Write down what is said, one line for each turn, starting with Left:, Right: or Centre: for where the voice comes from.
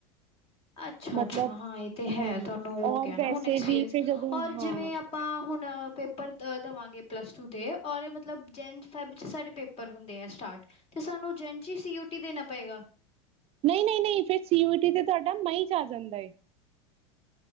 Left: ਅੱਛਾ ਅੱਛਾ
Right: ਮਤਲਬ
Left: ਹਾਂ ਇਹ ਤੇ ਹੈ,
Right: ਹਾਂ
Left: ਤੁਹਾਨੂੰ ਹੋ
Right: ਔਰ
Left: ਗਿਆ ਨਾ
Right: ਵੈਸੇ
Left: ਹੁਣ ਐਕਸਪੀਰੀੰਸ
Right: ਵੀ ਫਿਰ ਜਦੋਂ
Left: ਔਰ
Right: ਹਾਂ
Left: ਜਿਵੇਂ ਆਪਾਂ ਹੁਣ ਪੇਪਰ ਦ ਦੇਵਾਂਗੇ ਪਲੱਸ ਟੂ ਦੇ ਔਰ, ਮਤਲਬ ਜੈਨ ਫੈਬ 'ਚ ਸਾਡੇ ਪੇਪਰ ਪੇਪਰ ਹੁੰਦੇ ਏ ਸਟਾਰਟ। ਤੇ ਸਾਨੂੰ ਜੇਨ ਚੀ ਸੀ, ਯੂ, ਟੀ ਦੇਨਾ ਪਏਗਾ।
Right: ਨਈ ਨਈ ਨਈ ਫੇਰ ਸੀ ਯੂ ਟੀ ਤੇ ਤੁਹਾਡਾ ਮਈ ਚ ਆ ਜਾਂਦਾ ਏ।